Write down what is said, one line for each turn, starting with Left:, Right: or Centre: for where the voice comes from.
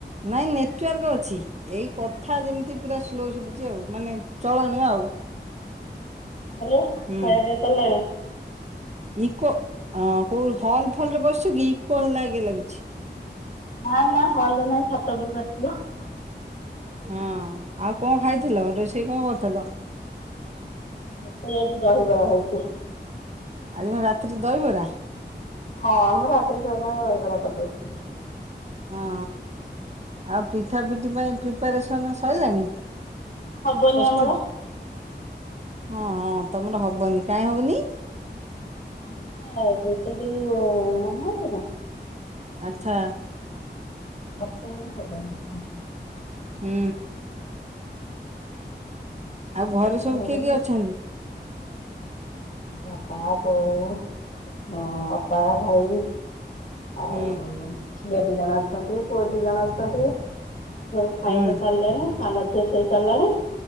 Right: ନାଇଁ ନେଟୱାର୍କ ଅଛି। ଏଇ କଥା ଯେମିତି ପୁରା ସ୍ଲୋ ଶୁଭୁଛି ଆଉ ମାନେ ଚଳଣିୟ ଆଉ।
Left: ହେଲୋ ଖାଇବା
Right: ହୁଁ
Left: ପିଇବା ସରିଲାଣି
Right: ଇକୋ କୋଉ ହଲ ଫଲରେ ବସିଛୁ କି ଇକୋ ହେଲା ବଗିଆ ଲାଗୁଛି।
Left: ନା ନା ହଲରେ ନାହିଁ ଛାତ ଉପରକୁ ଆସିଛି ବା।
Right: ହଁ ଆଉ କଣ ଖାଇଥିଲ ରୋଷେଇ କଣ କରିଥିଲ?
Left: ଏଠି ଆଜି ଦହିବରା ହଉଛି।
Right: ଆଜି କଣ ରାତିରେ ଦହିବରା।
Left: ହଁ ଆମର ରାତିରେ ପ୍ରାୟତଃ ଦହିବରା କରିଦେଉ।
Right: ହଁ ଆଉ ପିଠା ପିଠି ପାଇଁ ପ୍ରିପାରେସନ୍ ସରିଲାଣି।
Left: ହବନି
Right: ପ୍ରସ୍ତୁତି?
Left: ଆମର
Right: ହଁ ତମର ହବନି କାଇଁ ହବନି
Left: <unintelligible>
Right: ଆଚ୍ଛା
Left: ବର୍ଷେ ହେଲେ ହବନି ପିଠା
Right: ହୁଁ
Left: ସେଥିପାଇଁ
Right: ଆଉ ଘରେ
Left: କରାହବନି
Right: ସବୁ କିଏ କିଏ
Left: ଆଉ
Right: ଅଛନ୍ତି?
Left: ବାପା, ବୋଉ ହଁ ଅପା, ଭାଇ। ଆଉ
Right: ହୁଁ।
Left: ଝିଅ ଦି ଜଣ ଅଛନ୍ତି ପୁଅ ଦି ଜଣ ଅଛନ୍ତି। ସବୁ ଖାଇ
Right: ହୁଁ
Left: ପିଇ ସାରିଲେଣି ସାନଝିଅ ଶୋଇ ସାରିଲାଣି।